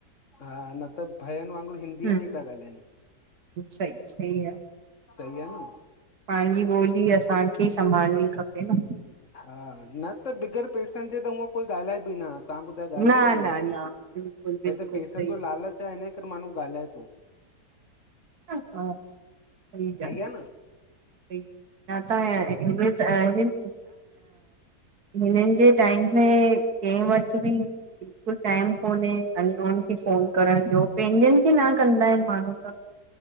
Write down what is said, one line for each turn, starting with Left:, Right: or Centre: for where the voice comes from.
Left: हा, न त भयन वांगुरु हिंदीअ
Right: हम्म
Left: में ई था ॻाल्हाइन।
Right: सही सही आ
Left: सई आ न?
Right: पंहिंजी ॿोली, असांखे संभालणी खपे न।
Left: हा, न त बिग़ैर पैसनि जे, त हूंअ कोई ॻाल्हाए बि न। तहां ॿुधायो ॻाल्हाए
Right: न
Left: या
Right: न
Left: ईअं कोई,
Right: न बिल्कुलु बिल्कुलु
Left: हे त पैसनि
Right: सही
Left: जो लालच आ, हिन करे माण्हू ॻाल्हाए थो।
Right: हा। सही
Left: सही
Right: आ,
Left: आहे न
Right: सही आ <unintelligible>
Left: हम्म
Right: त। त हिन, हिननि जे टाइम में कैं वठ बि बिल्कुलु टाइम कोन्हे, अननोन खे फ़ोन करण जो, पंहिंजनि खे न कंदा आहिन माण्हू त।